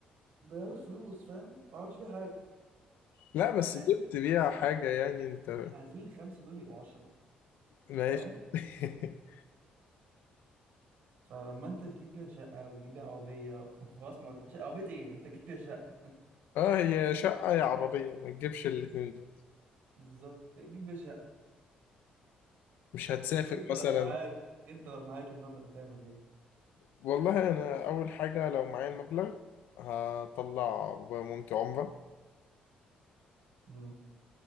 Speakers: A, on the right; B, on the left.
A: ضيعت الفلوس فاهم ما عملتش فيها حاجة
B: لا بس
A: احنا عايزين
B: جبت بيها حاجة يعني انت
A: احنا عايزين الخمسة دول يبقوا عشرة
B: ماشي
A: فاهم
B: <laughs>
A: فلما انت تجيب بيها شقة وتجيب بيها عربية <laughs> خلاص ما هو شقة- عربية ايه انت تجيب بيها شقة
B: اه هي شقة يا عربية ما تجيبش الاتنين دول
A: بالظبط تجيب بيها شقة
B: مش هتسافر
A: طب انت
B: مثلا
A: لو معاك انت لو معاك المبلغ هتعمل ايه؟
B: والله انا اول حاجة لو معايا المبلغ هطلع مامتي عمرة
A: امم